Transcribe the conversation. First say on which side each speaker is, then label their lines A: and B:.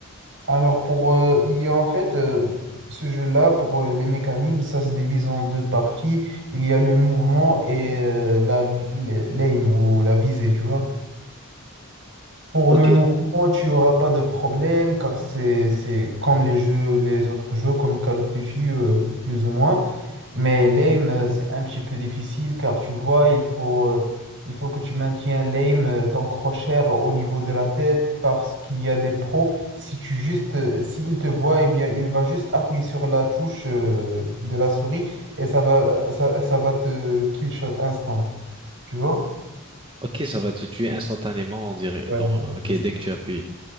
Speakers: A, on the right; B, on the right.
A: Alors pour euh, il y a en fait euh, ce jeu-là pour euh, les mécanismes, ça se divise en deux parties. Il y a le mouvement et euh, la vi- le- l'aim ou la visée, tu vois. Pour
B: Ok.
A: le mouvement, tu auras pas de problème car c'est c'est comme les jeux, les autres jeux comme Call of Duty euh, plus ou moins. Mais l'aim, euh, c'est un petit peu difficile car tu vois, il faut, euh, il faut que tu maintiens l'aim, euh, ton crochet euh, au niveau de la tête parce qu'il y a des pros. Si tu juste, euh, s'il te voit, eh bien, il va juste appuyer sur la touche, euh, de la souris et ça va, ça, ça va te kill shot instant. Tu vois?
B: Ok, ça va te tuer instantanément, on dirait,
A: Ouais,
B: dans, ok,
A: c'est
B: dès que
A: ça.
B: tu appuies.